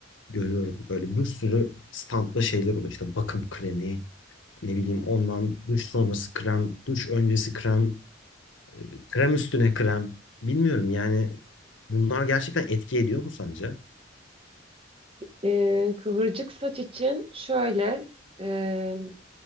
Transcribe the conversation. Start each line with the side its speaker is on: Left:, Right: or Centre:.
Left: görüyorum böyle bir sürü standta şeyler oluyor. İşte bakım kremi, ne bileyim ondan duş sonrası krem, duş öncesi krem, e, krem üstüne krem. Bilmiyorum yani bunlar gerçekten etki ediyor mu sence?
Right: Eee, kıvırcık saç için şöyle, eee,